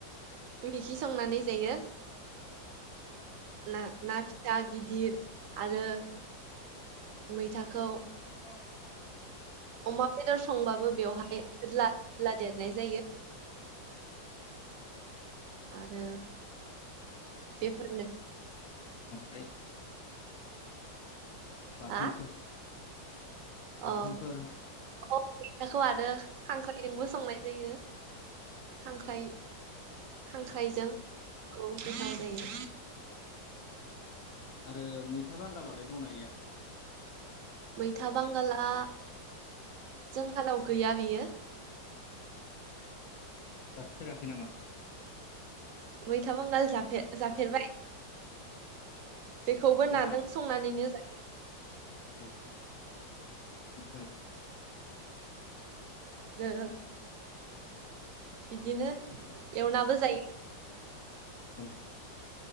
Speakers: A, on the right; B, on the left.
A: बिसि संनानै जायो।
B: उम
A: ना-ना फिसा गिदिर आरो मैथाखौ
B: <inaudible>
A: अमा बेदर संबाबो बेवहाय होदला-होदला देरनाय जायो। आरो बेफोरनो
B: <inaudible> बाथोनफोर
A: हा अ
B: बाथोनफोर
A: <unintelligible> आरो खांख्रायजोंबो संनाय जायो। खांख्राइ खांख्राइजों औ गोथाव जायो।
B: आरो मैथा बांगालालाय दंना गैया?
A: मैथा बांगाला जोंहानाव गैया बेयो।
B: जाफेराखै नामा?
A: मैथा बांगाल जाफे-जाफेरबाय। बेखौबो नाजों
B: ना
A: संनानैनो जायो।
B: औ ओमफ्राय
A: आरो बिदिनो
B: <inaudible>
A: एवनाबो जायो।
B: औ।